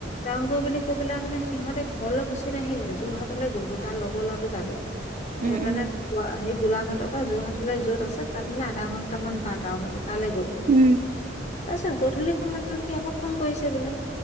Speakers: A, on the left; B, on the right.
A: যাওঁগৈ বুলি কৈ পেলাই মানে, সিহঁতে ঘৰলৈ গুচি নাহিলে, যোৰহাটলৈ গ'লগৈ তাৰ লগৰ ল'ৰাটো তালৈ।
B: উম,
A: এ মানে,
B: উম,
A: সেই গোলাঘাটৰ পৰা যোৰহাটলৈ য'ত আছে, তাত মানে আধা ঘণ্টা মান বাট আৰু মানে। তালৈ গ'লগে,
B: উম,
A: তাৰপিছত গধূলি সময়ততো সি আকৌ ফোন কৰিছে বোলে।